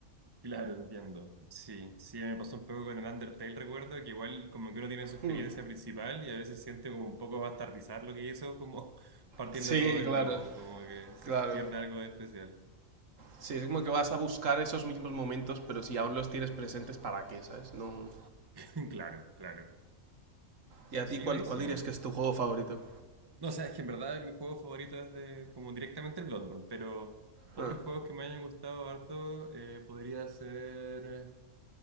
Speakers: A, on the right; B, on the right.
A: Claro, entiendo. Sí, sí, me pasó un poco con el Undertale, recuerdo que igual como que uno tiene su experiencia
B: Hmm.
A: principal y a veces siente como un poco bastardizar lo que hizo, como <laughs> partiendo
B: Sí,
A: todo de
B: claro,
A: nuevo, como que se-
B: claro.
A: se pierde algo de especial.
B: Sí, es como que vas a buscar esos mismos momentos, pero si aún los tienes presentes, ¿para qué, sabes? No...
A: <laughs> Claro, claro.
B: ¿Y a
A: Sí,
B: ti cuál,
A: buenísimo.
B: cuál dirías que es tu juego favorito?
A: No, o sea, es que en verdad mi juego favorito es de, como directamente el Bloodborne, pero otros
B: Ah,
A: juegos que me hayan gustado harto eh, podría ser...